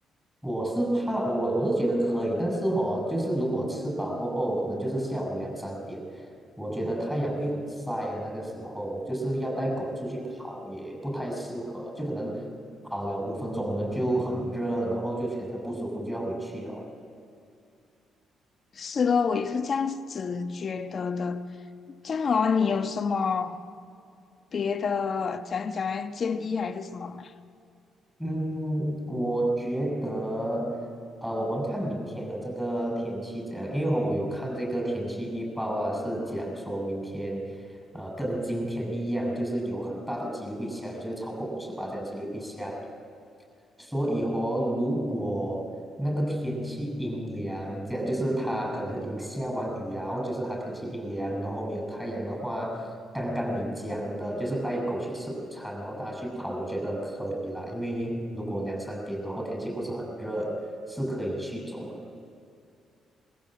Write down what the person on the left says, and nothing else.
是咯，我也是这样子觉得的。这样哦，你有什么别的讲讲建议还是什么吗？